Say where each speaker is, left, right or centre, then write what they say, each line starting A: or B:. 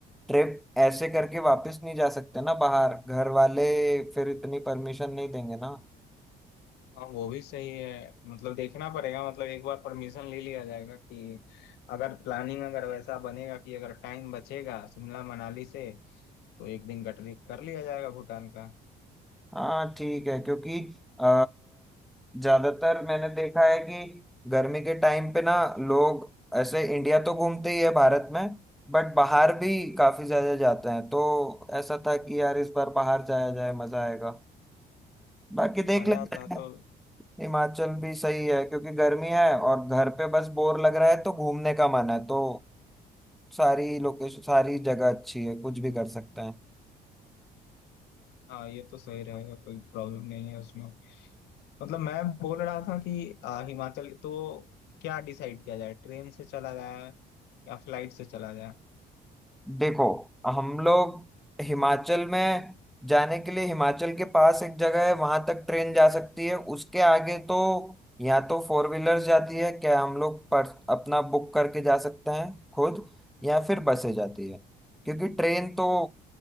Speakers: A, in the centre; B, on the left.
A: ट्रिप ऐसे करके वापस नहीं जा सकते ना बाहर घर वाले फिर इतनी परमिशन नहीं देंगे ना
B: हाँ वो भी सही है मतलब देखना पड़ेगा मतलब एक बार परमिशन ले लिया जाएगा कि अगर प्लानिंग अगर वैसा बनेगा कि अगर टाइम बचेगा शिमला मनाली से तो एक दिन गटरी कर लिया जाएगा भूटान का
A: हाँ ठीक है क्योंकि अ, ज्यादातर मैंने देखा है कि गर्मी के टाइम पे ना लोग ऐसे इंडिया तो घूमते ही है भारत में बट बाहर भी काफी ज्यादा जाते हैं तो ऐसा था कि यार इस बार बाहर जाया जाए मजा आएगा बाकी देख
B: मजा
A: लेते
B: आता है
A: हैं
B: तो
A: हिमाचल भी सही है क्योंकि गर्मी है और घर पे बस बोर लग रहा है तो घूमने का मन है तो सारी लोकेशन सारी जगह अच्छी है कुछ भी कर सकते हैं
B: हाँ ये तो सही रहेगा कोई प्रॉब्लम नहीं है उसमें मतलब मैं बोल रहा था कि आ, हिमाचल तो क्या डिसाइड किया जाए ट्रेन से चला जाए या फ्लाइट से चला जाए
A: देखो हम लोग हिमाचल में जाने के लिए हिमाचल के पास एक जगह है वहां तक ट्रेन जा सकती है उसके आगे तो या तो फोर व्हीलर्स जाती है क्या हम लोग पर अपना बुक करके जा सकते हैं खुद या फिर बसें जाती है क्योंकि ट्रेन तो